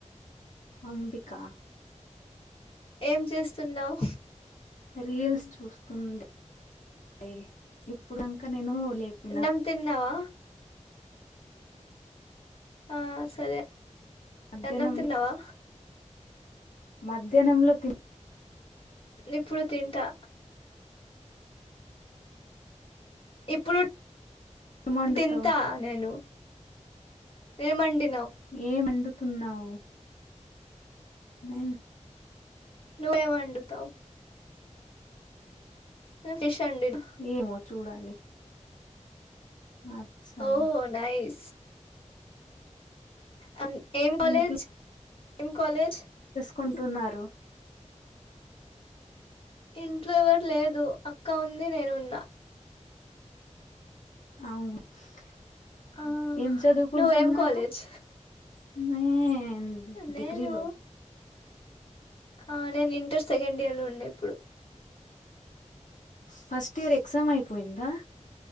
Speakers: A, on the left; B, on the left.
A: అంబికా
B: ఏం చేస్తున్నావ్
A: రీల్స్ చూస్తుండే ఏ ఇప్పుడు ఇంక నేను లేపిన
B: అన్నం తిన్నవా? ఆ సరే.
A: మధ్యాహ్నం
B: అన్నం తిన్నవా?
A: మధ్యాహ్నంలో తిన్
B: ఇప్పుడు తింటా ఇప్పుడు
A: ఏం వండుతావు
B: తింతా నేను ఏమండి
A: ఏం అండుతున్నావ్ నేన్
B: నువ్ ఏ వండుతవ్ ఫిష్ అండినా
A: ఏమో చూడాలి అచ్చా
B: ఓ నైస్ ఆ న్ ఏం కాలజ్
A: ఇంట్లో
B: ఎం కాలజ్
A: కుంటున్నారు
B: ఇంట్లో ఎవరు లేదు, అక్క ఉంది నేనున్నా.
A: అవును హ్మ్
B: ఆ
A: ఏం చదువుకుంటున్నారు
B: నువ్వేం కాలేజ్
A: హ్మ్ యే
B: నేను
A: డిగ్రీ లో
B: ఆ నేను ఇంటర్ సెకండ్ ఇయర్ లో ఉండే ఇప్పుడు
A: ఫస్ట్ ఇయర్ ఎగ్జామ్ అయిపోయిందా